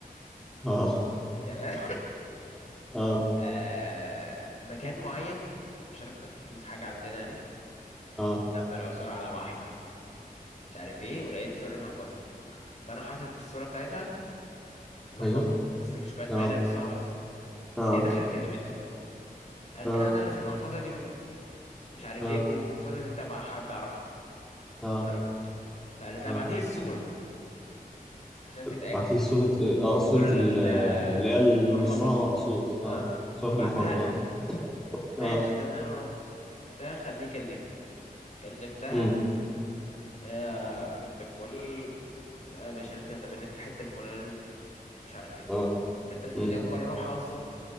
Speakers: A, in the centre; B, on the left.
A: اه
B: تمام
A: اه
B: آه مكان معين مش عارف بكوز حاجة عندنا يعني
A: اه
B: دم العثور على محفظة مش عارف ايه ولقيت صورة محفظتي فأنا حاطط الصورة بتاعتها في المحفظة
A: ايوه
B: بس مش با-
A: اه
B: باينة نصها بس
A: اه
B: هي دخلت كلمتها قالت
A: اه
B: لها أنا اللي في المحفظة دي من مش عارف
A: اه
B: ايه والمحفظة دي تبع حد أعرفه
A: اه
B: تمام فقالت لها
A: اه
B: ابعتيلي الصورة عشان تتأكد
A: بعت لي صوره ايه اه
B: الصورة
A: صوره
B: اللي
A: ال- اللي هي اللي
B: في المحفظة
A: نصها مقصوص
B: اه
A: اه صوره
B: بعتتها
A: في المحفظه
B: لها
A: اه
B: ماشي
A: اه
B: تمام وبت- وبتاع خليه يكلمني كلمتها
A: امم
B: يا ست الكل انا ماشي على تلاتة بان في الحتة الفلانية مش عارف ايه
A: اه
B: الحتة الفلانية
A: امم
B: دي اول مرة اروحها اصلا